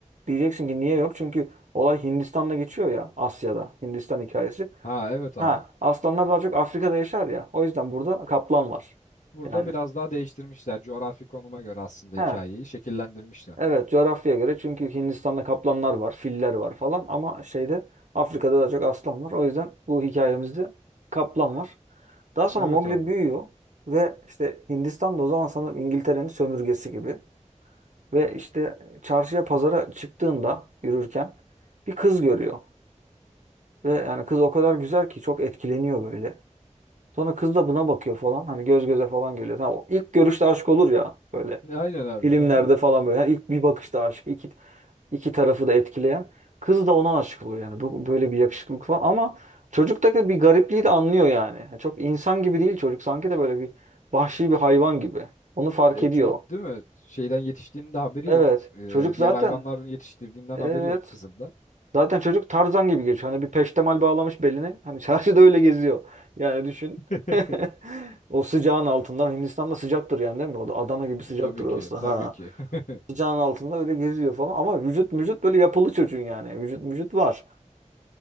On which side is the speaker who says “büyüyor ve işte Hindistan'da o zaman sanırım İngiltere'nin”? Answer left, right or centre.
Right